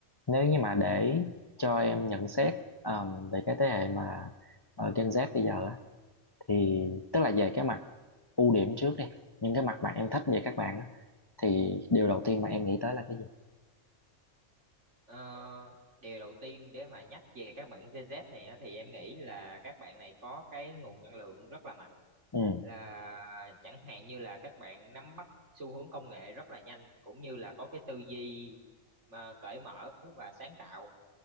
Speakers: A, on the left (about 25°); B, on the right (about 65°).
A: nếu như mà để cho em nhận xét um, về cái thế hệ mà ờ, Gen Z bây giờ á, thì tức là về cái mặt ưu điểm trước đi những cái mặt mà em thích về các bạn á, thì điều đầu tiên mà em nghĩ tới là cái gì
B: Ờ, điều đầu tiên để mà nhắc về các bạn Gen Z này á, thì em nghĩ là các bạn này có cái nguồn năng lượng rất là mạnh
A: ừ
B: là chẳng hạn như là các bạn nắm bắt xu hướng công nghệ rất là nhanh cũng như là có cái tư duy mà cởi mở và sáng tạo.